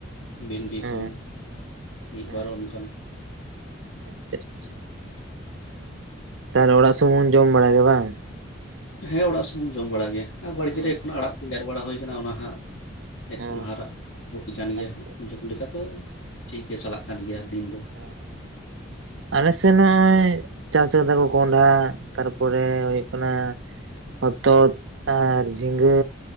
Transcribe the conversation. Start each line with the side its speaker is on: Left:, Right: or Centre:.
Left: ᱵᱷᱤᱱᱰᱤ
Right: ᱚ
Left: ᱠᱚ, ᱢᱤᱫ
Right: ᱚ
Left: ᱵᱟᱨ ᱚᱱᱠᱟᱱ
Right: ᱟᱪᱪᱷᱟ ᱟᱪᱪᱷᱟ ᱛᱟᱦᱚᱞᱮ ᱚᱲᱟᱜ ᱥᱩᱢᱩᱝ ᱡᱚᱢ ᱵᱟᱲᱟ ᱜᱮ ᱵᱟᱝ?
Left: ᱦᱮᱸ ᱚᱲᱟᱜ ᱥᱩᱢᱩᱝ ᱡᱚᱢ ᱵᱟᱲᱟᱜ ᱜᱮ ᱟᱨ ᱵᱟᱲᱜᱮ
Right: ᱚ
Left: ᱨᱮ ᱮᱠᱷᱚᱱᱳ ᱟᱲᱟᱜ ᱠᱚ ᱮᱨ ᱵᱟᱲᱟ ᱦᱳᱭ ᱠᱟᱱᱟ ᱚᱱᱟ ᱦᱟᱸᱜ ᱮᱠᱷᱚᱱ
Right: ᱚ
Left: ᱦᱟᱨᱟᱜ ᱦᱩᱭ ᱟᱠᱟᱱ ᱜᱮᱭᱟ
Right: ᱟᱪᱪᱷᱟ
Left: ᱦᱟᱸᱜ ᱡᱚᱢ ᱞᱮᱠᱟ ᱛᱚ ᱴᱷᱤᱠ ᱜᱮ ᱪᱟᱞᱟᱜ ᱠᱟᱱ ᱜᱮᱭᱟ ᱫᱤᱱ ᱫᱚ᱾
Right: <inaudible> ᱟᱞᱮᱥᱮᱫ ᱱᱚᱜ ᱚᱭ ᱪᱟᱥ ᱟᱠᱟᱫᱟ ᱠᱚ ᱠᱚᱸᱰᱷᱟ ᱛᱟᱨᱯᱚᱨᱮ ᱦᱩᱭᱩᱜ ᱠᱟᱱᱟ, ᱦᱚᱛᱚᱫᱽ ᱟᱨ ᱡᱷᱤᱸᱜᱟᱹ,